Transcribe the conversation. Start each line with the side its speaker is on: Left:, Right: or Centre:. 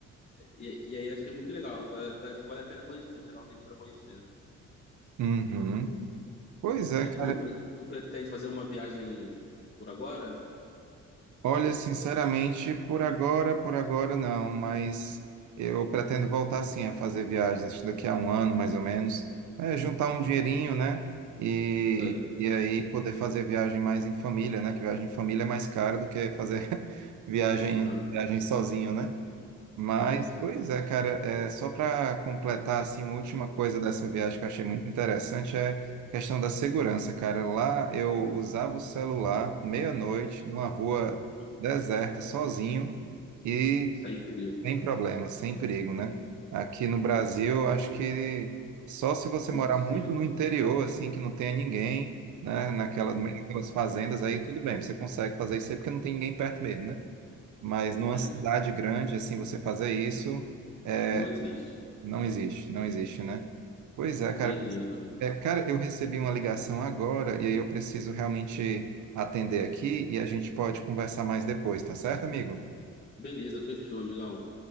Left: E, e aí achei muito legal. Uma cidade cidade que vale a pena conhecer, tirar um tempinho pra conhecer.
Right: Uhum. Pois é,
Left: E
Right: cara.
Left: tu, pre- tu pretende fazer uma viagem por agora?
Right: Olha, sinceramente, por agora, por agora não, mas eu pretendo voltar sim a fazer viagens, acho que daqui a um ano mais ou menos, é, juntar um dinheirinho, né? E,
Left: Isso aí.
Right: e aí poder fazer viagem mais em família, né? Que viagem em família é mais cara do que fazer <laughs> viagem,
Left: Aham,
Right: viagem sozinho, né? Mas,
Left: isso.
Right: pois é, cara, é, só para completar assim, uma última coisa dessa viagem que eu achei muito interessante é a questão da segurança, cara. Lá eu usava o celular meia-noite numa rua
Left: Aham.
Right: deserta, sozinho e
Left: Sem perigo,
Right: sem
Left: né?
Right: problema, sem perigo, né? Aqui no Brasil, eu acho que só se você morar
Left: Impossível.
Right: muito no interior, assim, que não tenha ninguém, né? Naquela, naquelas fazendas aí, tudo bem, você consegue fazer isso aí porque não tem ninguém perto mesmo, né? Mas numa
Left: É, é.
Right: cidade grande, assim, você fazer isso, é,
Left: Não existe.
Right: não existe, não existe, né? Pois é, cara.
Left: Doideira. Aham.
Right: É, cara, eu recebi uma ligação agora e aí eu preciso realmente atender aqui e a gente pode conversar mais depois, tá certo, amigo?
Left: Beleza, fechou, amigão.